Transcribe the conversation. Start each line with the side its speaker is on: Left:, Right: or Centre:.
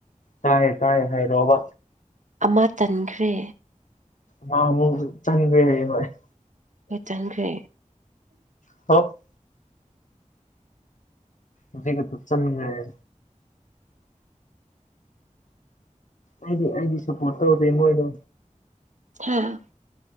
Left: ꯇꯥꯏꯌꯦ ꯇꯥꯏꯌꯦ ꯍꯥꯏꯔꯣꯕ
Right: ꯑꯃ ꯇꯟꯈ꯭ꯔꯦ
Left: ꯃꯥ ꯑꯃꯨꯛ ꯆꯪꯗꯣꯏꯅꯦꯕ ꯑꯩ
Right: ꯍꯣꯏ ꯆꯪꯈ꯭ꯔꯦ
Left: <unintelligible> ꯑꯩꯒ ꯄꯨꯂꯞ ꯆꯪꯃꯟꯅꯔꯦ ꯍꯥꯏꯗꯤ ꯑꯩꯗꯤ ꯁꯞꯄꯣꯔꯠ ꯇꯧꯗꯦ ꯃꯣꯏꯗꯣ
Right: ꯍꯥꯥ